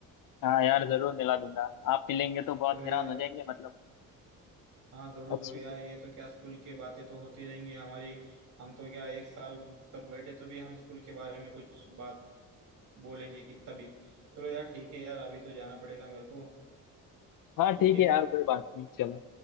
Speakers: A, on the left (about 70°); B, on the right (about 60°).
A: हाँ यार जरूर मिला दूंगा आप मिलेंगे तो बहुत
B: चलो
A: हैरान
B: यार
A: हो जाएंगे मतलब
B: हाँ जरूर
A: अच्छी
B: जरूर यार ये तो क्या स्कूल की बातें तो होती रहेंगी हमारी हम तो क्या एक साल तक बैठे तो भी हम स्कूल के बारे में कुछ बात बोलेंगे कितना भी चलो यार ठीक है यार अभी तो जाना पड़ेगा मेरे को
A: हाँ
B: ठीक
A: ठीक
B: है
A: है यार कोई बात नहीं चलो